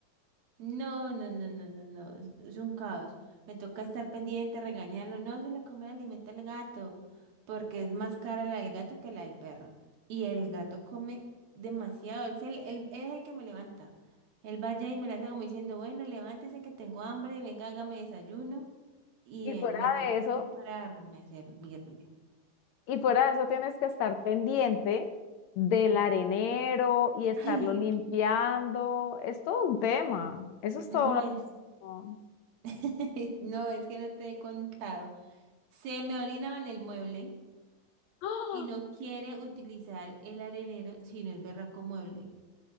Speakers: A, on the right; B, on the left.
A: No, no, no, no, no, no, es es un caos. Me toca estar pendiente, regañarlo. No se le come el alimento al gato, porque es más cara la del gato que la del perro. Y el gato come demasiado. Él, se- él- él es el que me levanta. Él va allá y me levanta como diciendo, bueno, levántese que tengo hambre, venga, hágame desayuno. Y
B: Y
A: eh,
B: fuera
A: me toca
B: de eso,
A: que pararme a servirle.
B: Y fuera de eso tienes que estar pendiente del arenero y estarlo
A: Ay,
B: limpiando. Es todo un tema. Eso es todo
A: no
B: una
A: es,
B: cuestión.
A: <laughs> no es que no te he contado. Se me orinaba en el mueble.
B: ¡Ah!
A: y no quiere utilizar el arenero, sino el berraco mueble.